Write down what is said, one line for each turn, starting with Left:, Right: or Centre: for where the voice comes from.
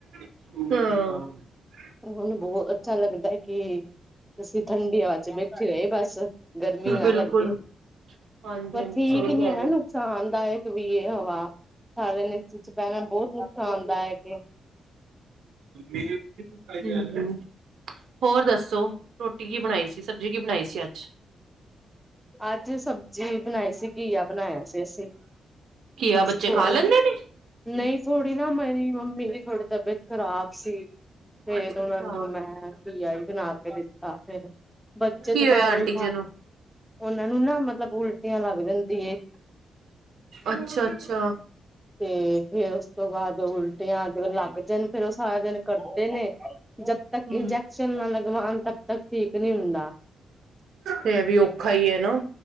Right: ਹਾਂ
Centre: ਹੁਨ ਬਹੁਤ ਅੱਛਾ ਲੱਗਦਾ ਕਿ ਅਸੀਂ ਠੰਡੀ ਹਵਾ ਚ ਬੈਠੀ ਹੋਏ ਬਸ ਗਰਮੀ ਨਾ
Right: ਬਿਲਕੁਲ
Centre: ਲੱਗੇ
Right: ਹਾਂਜੀ
Centre: ਪਰ
Right: ਹਾਂਜੀ
Centre: ਠੀਕ
Right: ਸਹੀ ਕਹਿ
Centre: ਨੀ
Right: ਰਹੇ
Centre: ਹੈ ਨੁਕਸਾਨਦਾਇਕ ਵੀ ਇਹ ਹਵਾ ਵਿੱਚ ਪਹਿਣਾ ਬਹੁਤ ਨੁਕਸਾਨਦਾ ਹੈ ਕਿ
Right: <inaudible> ਹਮ ਹੋਰ ਦੱਸੋ ਰੋਟੀ ਕੀ ਬਣਾਈ ਸੀ ਸਬਜ਼ੀ ਕੀ ਬਣਾਈ ਸੀ ਅੱਜ
Centre: ਅੱਜ ਸਬਜ਼ੀ ਬਣਾਈ ਸੀ ਘੀਆ ਬਣਾਇਆ ਸੀ ਅਸੀਂ
Right: ਘੀਆ
Centre: ਬਸ
Right: ਬੱਚੇ
Centre: ਥੋੜ੍ਹੀ
Right: ਖਾ ਲੈਂਦੇ ਨੇ
Centre: ਨਹੀਂ ਥੋੜ੍ਹੀ ਨਾ ਮੇਰੀ ਮੰਮੀ ਦੀ ਥੋੜੀ ਤਬੀਅਤ ਖ਼ਰਾਬ ਸੀ ਫੇਰ
Right: ਅੱਛਾ ਅੱਛਾ
Centre: ਉਹਨਾਂ ਨੂੰ ਮੈਂ ਘੀਆ ਹੀ ਬਣਾ ਕੇ ਦਿੱਤਾ ਫਿਰ ਬੱਚੇ
Right: ਕੀ
Centre: ਤੇ
Right: ਹੋਇਆ
Centre: ਬਾਹਰੋਂ
Right: ਆਂਟੀ
Centre: ਹੀ ਖਾ
Right: ਜੀ ਨੂੰ
Centre: ਉਹਨਾਂ ਨੂੰ ਨਾ ਮਤਲਬ ਉਲਟੀਆਂ ਲੱਗ ਜਾਂਦੀ ਏ
Right: ਅੱਛਾ ਅੱਛਾ
Centre: ਤੇ ਫੇਰ ਉਸ ਤੋਂ ਬਾਅਦ ਉਲਟੀਆਂ ਲੱਗ ਜਾਣ ਫੇਰ ਉਹ ਸਾਰਾ ਦਿਨ ਕਰਦੇ ਨੇ ਜਦ ਤੱਕ
Right: ਹੂੰ
Centre: ਇੰਜੈਕਸ਼ਨ ਨਾ ਲਗਵਾਉਣ ਤਬ ਤੱਕ ਠੀਕ ਨਹੀਂ ਹੁੰਦਾ
Right: ਇਹ ਵੀ ਔਖਾ ਹੀ ਹੈ ਨਾ